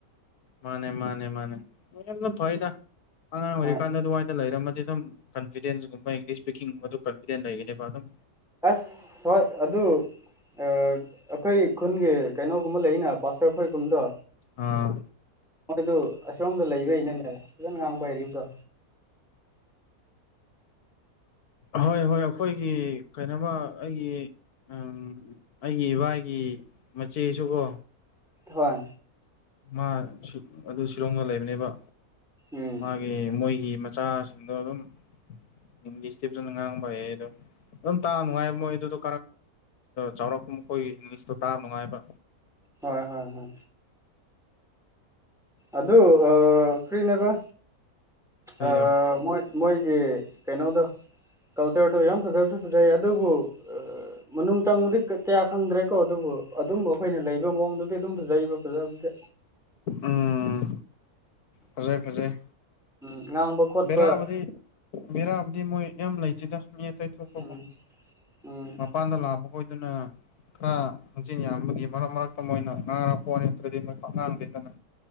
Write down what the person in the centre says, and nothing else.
ꯍꯣꯏ
ꯑꯁ ꯍꯣꯏ ꯑꯗꯨ ꯑꯩꯈꯣꯏ ꯈꯨꯟꯒꯤ ꯀꯩꯅꯣꯒꯨꯝꯕ ꯂꯩꯅ ꯄꯥꯁꯇꯔ ꯈꯣꯏꯒꯨꯝꯕꯗꯣ
ꯃꯣꯏꯗꯨ ꯑꯁꯣꯝꯗ ꯂꯩꯕꯩꯅꯤꯅꯦ ꯐꯖꯅ ꯉꯥꯡꯕ ꯍꯔꯤꯗꯣ
ꯊꯣꯏ
ꯎꯝ
ꯍꯣꯏ ꯍꯣꯏ ꯍꯣꯏ ꯑꯗꯨ ꯀꯔꯤꯅꯦꯕ
ꯑꯥ ꯃꯣꯏ ꯃꯣꯏꯒꯤ ꯀꯩꯅꯣꯗꯣ ꯀꯜꯆꯔꯗꯣ ꯌꯥꯝ ꯐꯖꯕꯁꯨ ꯐꯖꯩ ꯑꯗꯨꯕꯨ ꯃꯅꯨꯡ ꯆꯪꯕꯗꯤ ꯀꯌꯥ ꯈꯪꯗ꯭ꯔꯦꯀꯣ ꯑꯗꯨꯕꯨ ꯑꯗꯨꯝꯕ ꯑꯩꯈꯣꯏꯅ ꯂꯩꯕ ꯃꯑꯣꯡꯗꯨꯗꯤ ꯑꯗꯨꯝ ꯐꯖꯩꯕ ꯐꯖꯕꯗꯤ
ꯎꯝ ꯉꯥꯡꯕ ꯈꯣꯠꯄ
ꯎꯝ ꯎꯝ